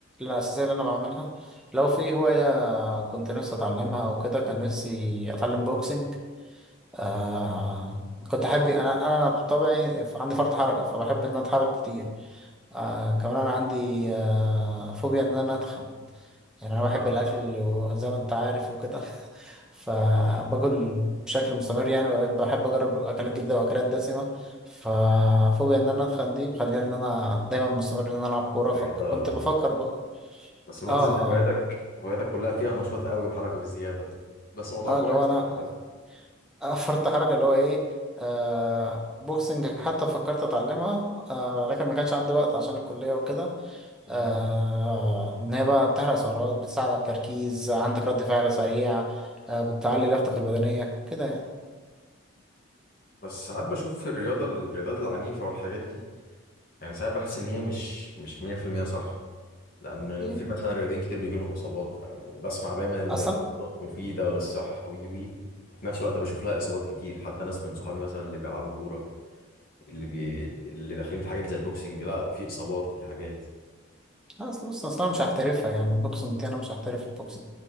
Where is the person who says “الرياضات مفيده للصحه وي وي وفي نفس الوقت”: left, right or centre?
Left